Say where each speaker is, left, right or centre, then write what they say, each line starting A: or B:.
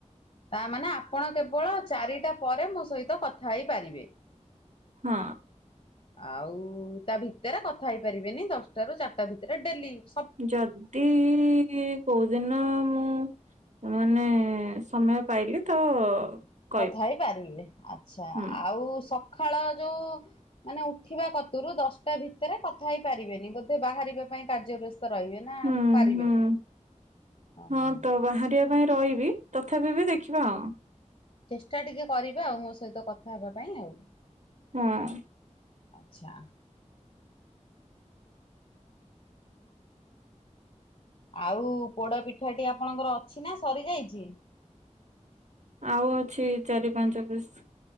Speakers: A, on the left; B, on the right.
A: ତାମାନେ ଆପଣ କେବଳ ଚାରିଟା ପରେ ମୋ ସହିତ କଥା ହେଇପାରିବେ ।
B: ହଁ
A: ଆଉ ତା ଭିତରେ କଥା ହେଇପାରିବେନି ଦଶଟା ରୁ ଚାରିଟା ଭିତରେ ଡେଲି ।
B: ଯଦି କୋଉଦିନ ମୁଁ ମାନେ ସମୟ ପାଇଲି ତ କହିବି
A: ତଥା ହେଇପାରିବେ ଆଚ୍ଛା
B: ହୁଁ
A: ଆଉ। ସଖାଳ ଯୋଉ ମାନେ ଉଠିବା କତୁରୁ ଦଶଟା ଭିତରେ କଥା ହେଇ ପାରିବେନି ବୋଧେ ବାହାରିବା ପାଇଁ କାର୍ଯ୍ୟ ବ୍ୟସ୍ତ ରହିବେ ନା
B: ହୁଁ
A: ପାରିବେ
B: ହୁଁ।
A: ଓହୋ।
B: ହଁ ତ ବାହାରିବା ପାଇଁ ରହିବି ତଥାପି ବି ଦେଖିବା ଆଉ।
A: ଚେଷ୍ଟା ଟିକେ କରିବା ଆଉ ମୋ ସହିତ କଥା ହେବା ପାଇଁ ଆଉ।
B: ହଁ।
A: ଆଛା। ଆଉ ପୋଡା ପିଠାଟି ଆପଣଙ୍କର ଅଛି ନା ସରି ଯାଇଛି।
B: ଆଉ ଅଛି ଚାରି ପାଞ୍ଚ ପିସ୍